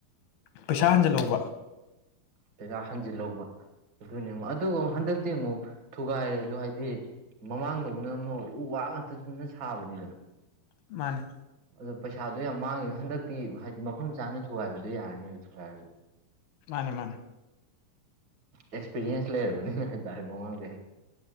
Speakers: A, on the left; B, on the right.
A: ꯄꯩꯁꯥ ꯍꯟꯖꯜꯍꯧꯕ
B: ꯄꯩꯁꯥ ꯍꯟꯖꯤꯜꯍꯧꯕ ꯑꯗꯨꯅꯦ ꯑꯃꯨꯛ ꯑꯗꯨ ꯍꯟꯗꯛꯇꯤ ꯑꯃꯨꯛ ꯊꯨꯒꯥꯏꯔꯁꯨ ꯍꯥꯏꯗꯤ ꯃꯃꯥꯡꯗꯧꯅ ꯑꯃ ꯎ ꯋꯥ ꯉꯥꯛꯇꯟꯅ ꯁꯥꯕꯅꯤꯗꯅ
A: ꯃꯥꯅꯦ
B: ꯑꯗꯣ ꯄꯩꯁꯥꯗꯣ ꯌꯥꯝ ꯃꯥꯡꯉꯤꯕ ꯍꯟꯗꯛꯇꯤ ꯍꯥꯏꯗꯤ ꯃꯐꯝ ꯆꯥꯅ ꯊꯨꯒꯥꯏꯕꯗꯨꯣ ꯌꯥꯔꯅꯦꯕ ꯊꯨꯒꯥꯏꯕꯗ
A: ꯃꯥꯅꯦ ꯃꯥꯅꯦ
B: ꯑꯦꯛꯁꯄꯤꯔꯤꯌꯦꯟꯁ ꯂꯩꯔꯕꯅꯤꯅ ꯍꯥꯏꯇꯥꯔꯦ ꯃꯃꯥꯡꯗ